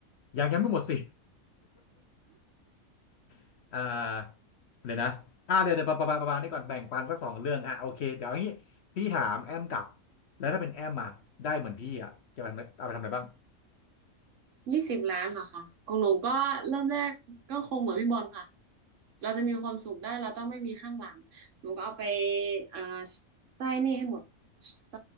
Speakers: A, on the left; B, on the right.
A: ยังยังไม่หมดสิ <laughs> อ่าเลยวนะอ่าเดี๋ยวเดี๋ยวประมาณประมาณนี้ก่อนแบ่งปันสักสองเรื่องอ่ะโอเคเดี๋ยวอย่างนี้พี่ถามแอมกลับแล้วถ้าเป็นแอมมาได้เหมือนพี่อ่ะจะไปทำอะไรเอาไปทำอะไรบ้าง
B: ยี่สิบล้านเหรอคะของหนูก็เริ่มแรกก็คงเหมือนพี่บอลค่ะเราจะมีความสุขได้เราต้องไม่มีข้างหลังหนูก็เอาไปอ่าใช้หนี้ให้หมดช